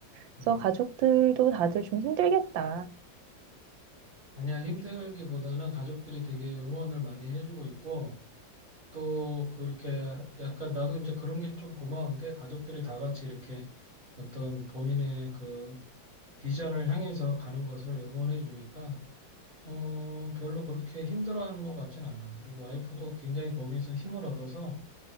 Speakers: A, on the right (about 85°); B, on the right (about 25°).
A: 그래서
B: 음.
A: 가족들도 다들 좀 힘들겠다.
B: 아니야, 힘들기보다는 가족들이 되게 응원을 많이 해주고 있고, 또 그렇게 약간 나도 이제 그런 게 좀 고마운데 가족들이 다 같이 이렇게 어떤 본인의 그 비전을 향해서 가는 것을 응원해 주니까 어 별로 그렇게 힘들어하는 것 같진 않아. 그리고 와이프도 굉장히 거기에서 힘을 얻어서